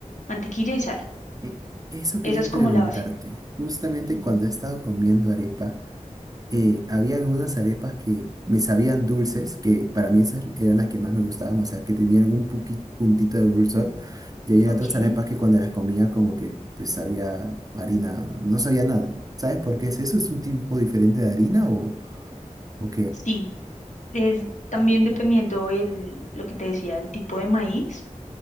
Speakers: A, on the left; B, on the right.
A: mantequilla y sal.
B: E- Eso quería
A: Esa es
B: preguntarte.
A: como la base.
B: Justamente
A: Ujú.
B: cuando he estado comiendo arepa, eh, habían unas arepas que me sabían dulces, que para mí esas eran las que más me gustaban, o sea, que tuvieran un puqui- puntito de dulzor. Y había
A: Ok.
B: otras arepas que cuando las comía como que pues sabía harina, no sabía nada. ¿Sabes por qué es eso? ¿Es un tipo diferente de harina o, o qué?
A: Sí, es también dependiendo el lo que te decía, el tipo de maíz